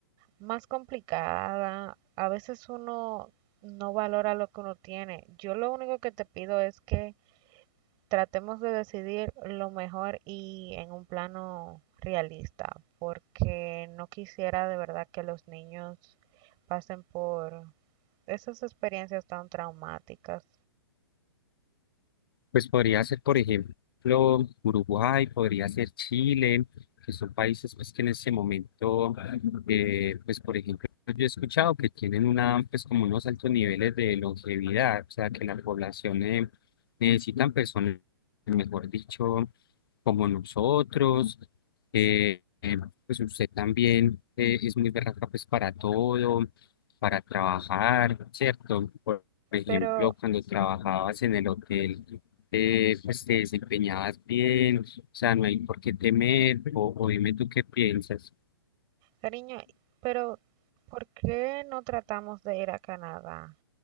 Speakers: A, on the right; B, on the left.
A: más complicada. A veces uno no valora lo que uno tiene. Yo lo único que te pido es que tratemos de decidir lo mejor y en un plano realista, porque no quisiera de verdad que los niños pasen por esas experiencias tan traumáticas.
B: Pues podría ser, por ejemplo, Uruguay, podría ser Chile, que son países pues, que en ese momento, eh, pues por ejemplo, yo he escuchado que tienen una, pues como unos altos niveles de longevidad, o sea, que la población eh, necesitan personas, mejor dicho, como nosotros. eh, eh, pues usted también eh, es muy berraca pues para todo, para trabajar, ¿cierto? Por ejemplo,
A: Pero,
B: cuando trabajabas en el hotel eh, pues te desempeñabas bien, o sea, no hay por qué temer, o, o dime tú qué piensas.
A: cariño, pero ¿por qué no tratamos de ir a Canadá?